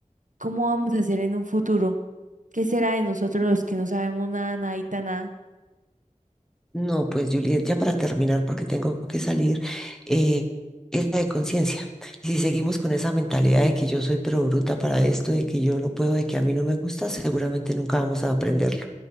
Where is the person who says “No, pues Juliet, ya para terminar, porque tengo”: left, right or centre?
Centre